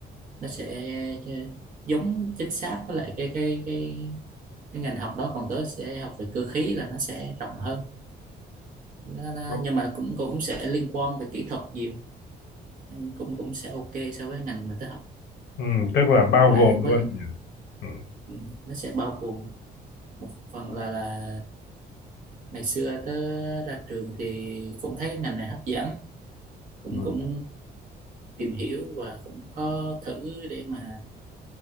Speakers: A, on the right (about 50°); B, on the left (about 80°).
A: nó sẽ giống chính xác với lại cái cái cái cái ngành học đó còn tớ sẽ học về cơ khí là nó sẽ rộng hơn nó, nó,
B: Nó-
A: nhưng mà cũng cũng sẽ liên quan về kỹ thuật nhiều Nên cũng cũng sẽ ok so với ngành mà tớ học
B: Ừ, tức là bao
A: với
B: gồm
A: lại, với
B: luôn
A: lại
B: nhỉ? ừ,
A: ừ, nó sẽ bao gồm một phần là là ngày xưa tớ ra trường thì cũng thấy cái ngành này hấp dẫn cũng
B: ừ,
A: cũng tìm hiểu và cũng có thử để mà